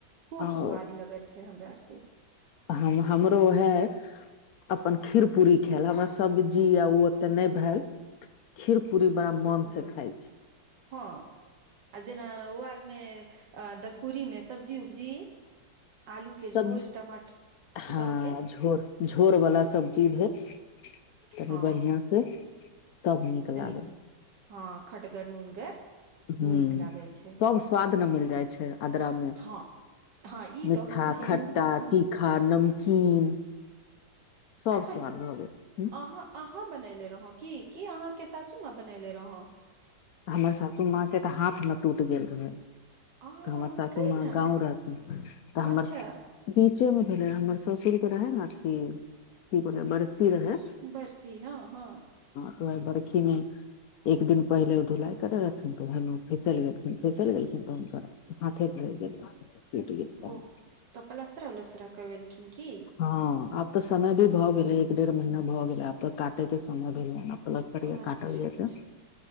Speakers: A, on the right (about 70°); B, on the left (about 65°).
A: खूब
B: औ
A: स्वाद लगय छैय हमरा आर के
B: हम हमरो है अपन खीर पूरी खेलो बस सब्जी आ उ त नय भेल खीर पूरी बड़ा मोन से खाथि
A: हँऽ आ जेना उ आरमे दलपूरी मे सब्जी उब्जी आलू के झोर
B: सब्जी
A: टमाटर
B: हँ
A: दऽ के
B: झोर झोर बला सब्जी भेल तनी
A: हँ
B: बढ़िआं से तब नीक लागल
A: तनी हँ खटगर नुनगर
B: हुँ
A: नीक लागै छै
B: सब स्वाद ने मिल जाय छैय अद्रा मे
A: हँ हँ ई
B: मीठा
A: तऽ अहाँ सही
B: खट्टा
A: नीक कहलौं
B: तीखा नमकीन सब
A: आय बहिनत
B: स्वाद भऽ गेल
A: अहाँ अहाँ बनेले रहौ की की अहाँके सासू माँ बनेले रहौ
B: हमर सासू माँ के तऽ हाथ मे टूटि गेल रहै
A: आ
B: हमर सासू
A: कहिना
B: माँ गाँव रहथिन तऽ हमर
A: अच्छा
B: बीचे मे भेले हमर ससुर के रहय ने अथी इ बेरा बरसी रहय
A: बर्सी हँ हँ
B: वैह बर्खी मे एक दिन पहिले धुलाई करे रहथिन त वैहे मे उ फिसैल गेलखिन फिसैल गेलखिन तऽ हुनकर हाथे झरइक गेलै टुटि गेल टाँग।
A: ओह तऽ पलस्तर उलस्तर और करबेलखिन की
B: हँ आब तऽ समय भी भऽ गेलै एक डेढ़ महीना भऽ गेलै आब तऽ काट कते समय भेलै हँ पलस्तर
A: अच्छा
B: य काटल जेतै
A: अच्छा